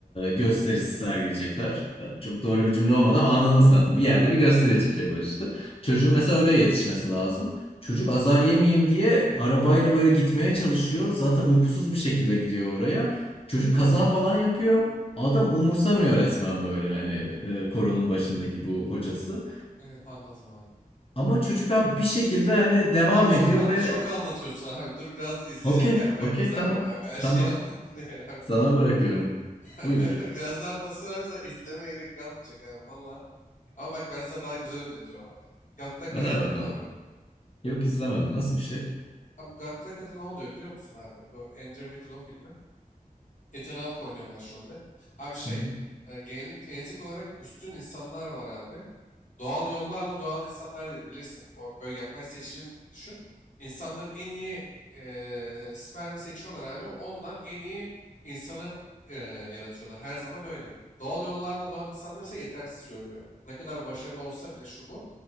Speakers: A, on the left (about 40°); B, on the left (about 55°).
A: gösterisi sergileyecekler. E, Çok doğru bir cümle olmadı ama anladın sen. Bir yerde bir gösteriye çıkacaklar işte. Çocuğun mesela oraya yetişmesi lazım. Çocuk azar yemeyeyim diye arabayla böyle gitmeye çalışıyor. Zaten uykusuz bir şekilde gidiyor oraya. Çocuk kaza falan yapıyor. Adam umursamıyor resmen böyle hani e, koronun başındaki bu hocası.
B: Evet anladım abi.
A: Ama
B: İyiyim
A: çocuk abi
B: iyi.
A: bir şekilde hani devam
B: Abi çok
A: ediyor
B: anlat.
A: ve
B: Çok anlatıyorsun abi. Dur biraz izleyecek
A: okey,
B: yer bırak
A: okey
B: bize
A: tamam,
B: abi. Abi her şeyi
A: tamam.
B: anlattın yani abi
A: Sana
B: dur.
A: bırakıyorum.
B: <laughs>
A: Buyur.
B: Birazdan nasıl abi sen izleme gerek kalmayacak abi valla. Ama bak ben sana daha güzel önereceğim abi. Bak, Gattaca
A: Öner
B: izledin
A: bakalım.
B: mi abi?
A: Yok izlemedim. Nasıl bir şey?
B: Abi Gattaca'da ne oluyor biliyor musun abi? Bu Andrew Nicholl'un filmi. Ethan Hawke oynuyor başrolde. Abi şey,
A: Hı hı.
B: e, genellik genetik olarak üstün insanlar var abi. Doğal yollarla doğan insanlar değil bilirsin. Bu Böyle yapay seçilim düşün. İnsanların en iyi eee spermi seçiyorlar abi. Ondan en iyi insanı eee, yaratıyorlar. Her zaman öyle. Doğal yollarla doğan insanlar ise yetersiz görülüyor. Ne kadar başarılı olsa bile şu bu.